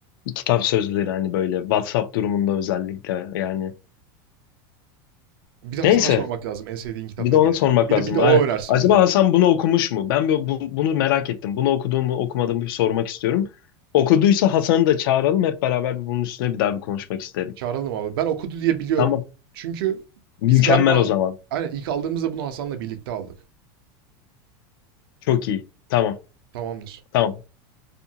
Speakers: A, on the left; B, on the right.
A: kitap sözleri hani böyle WhatsApp durumunda özellikle yani.
B: Bir de Hasan'a
A: Neyse
B: sormak lazım en sevdiğin kitap
A: Bir
B: ne
A: de onu
B: diye
A: sormak
B: ya. Bir
A: lazım.
B: de bir de o
A: Aynen.
B: önersin
A: Acaba
B: bize.
A: Hasan bunu okumuş mu? Ben bu- bu- bunu merak ettim. Bunu okuduğumu okumadığımı bir sormak istiyorum. Okuduysa Hasan'ı da çağıralım. Hep beraber bir bunun üstüne bir daha bir konuşmak isterim.
B: Çağıralım abi. Ben okudu diye biliyorum.
A: Tamam.
B: Çünkü
A: Mükemmel
B: biz galiba
A: o zaman.
B: aynen ilk aldığımızda bunu Hasan'la birlikte aldık.
A: Çok iyi. Tamam.
B: Tamamdır.
A: Tamam.